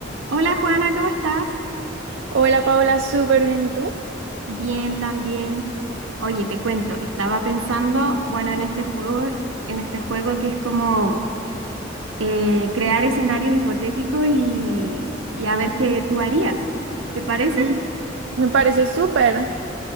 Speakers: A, on the right; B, on the right.
A: Hola Juana, ¿cómo estás?
B: Hola Paula, súper bien. ¿Y tú?
A: Bien, también. Oye, te cuento, estaba pensando, bueno, en este juego, en este juego que es como eh, crear escenarios hipotéticos y, y a ver qué tú harías. ¿Te parece?
B: Mm, me parece súper.